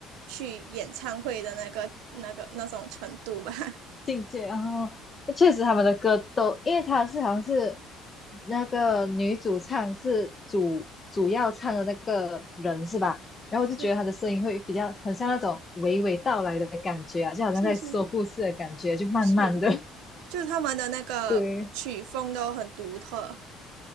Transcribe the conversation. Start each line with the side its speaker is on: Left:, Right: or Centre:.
Right: 去演唱会的那个那个那种程度吧。<laughs>
Left: 境界。然后确实他们的歌都，因为他是好像是那个女主唱是主主要唱的那个人是吧？然后我就觉得她的声音会比较很像那种娓娓道来的感觉啊，
Right: 是
Left: 就好像在说故事的感觉，
Right: 是是是
Left: 就慢慢的。
Right: 是，
Left: <laughs>
Right: 就他们的那个曲风都很独特。
Left: 对，